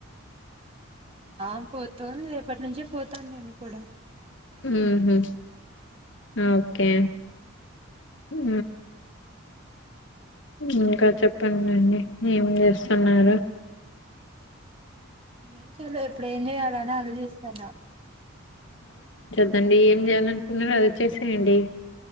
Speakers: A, on the right; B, on the left.
A: ఆ పోతోంది రేపటి నుంచి పోతాను నేను కూడా
B: హుహు ఓకే హు ఇంకా చెప్పండి ఏమి చేస్తున్నారు
A: ఏం ఇప్పుడ ఏం చేయాల ఆలోచిస్తానా
B: అదండి ఏం చేయాలనుకున్నారో అదే చేసేయండి